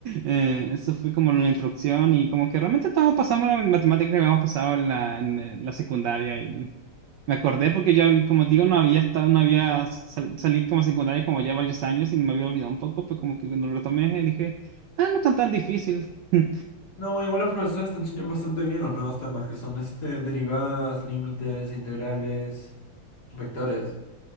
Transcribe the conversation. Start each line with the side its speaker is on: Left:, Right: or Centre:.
Right: Eh, eso fue como la introducción y como que realmente todos pasamos las matemáticas que habíamos pasado en la, en, eh, la secundaria Me acordé porque yo, como te digo, no había estado, no había sal- salí como secundaria como ya varios años y me había olvidado un poco, pero como que cuando lo retomé eh, dije, ah, no están tan difícil. <laughs>
Left: No, igual los profesores te enseñan bastante bien los nuevos temas que son este, derivadas, límites, integrales, vectores.